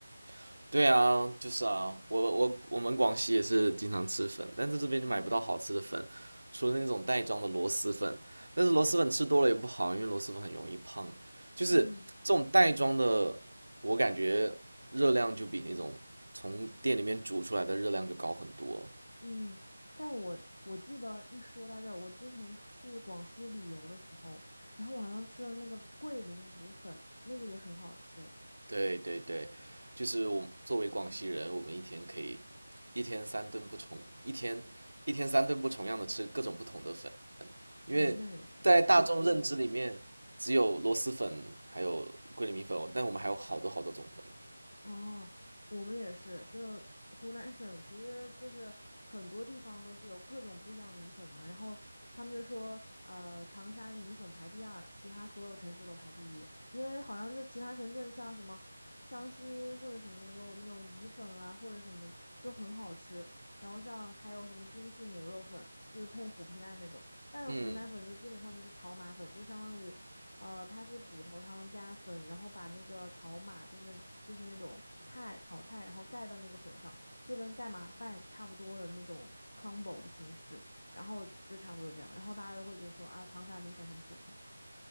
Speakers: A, on the right; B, on the left.
A: <laughs> 对啊，就是啊，我我我们广西也是经常吃粉，但在这边就买不到好吃的粉，
B: 嗯
A: 除了那种袋装的螺蛳粉。但是螺蛳粉吃多了也不好，因为螺蛳粉很容易胖。就是这种袋装的，
B: 嗯。
A: 我感觉热量就比那种从店里面煮出来的热量就高很多。
B: 嗯，但我我记得一说到这儿，我之前去广西旅游的时候，然后晚上吃了那个桂林卤粉，那个也很好吃，
A: 对对对，就是我作为广西人，我们一天可以一天三顿不重，一天一天三顿不重样的吃各种不同的粉，因为在大众认知里面，
B: 我们那也是。
A: 只有螺蛳粉还有桂林米粉，但我们还有好多好多种粉。
B: 哦，我们也是，就湖南省，其实就是很多地方都是有各种不一样的米粉嘛。然后他们就说，呃，长沙米粉排第二，其他所有城市都排第一，因为好像就其他城市像什么湘西或者什么也有那种鱼粉啊，或者什么就很好吃。然后像还有什么京式牛肉粉，就是配虎皮蛋那种，但湖南粉就基本上就是炒码粉，
A: 嗯，
B: 就相当于呃，它是骨头汤加粉，然后把那个炒码，就是就是那种菜炒菜，然后盖到那个粉上，就跟盖码饭差不多的那种 combo 的形式，然后就差不多这样，然后大家都会觉得说啊，长沙米粉很普通，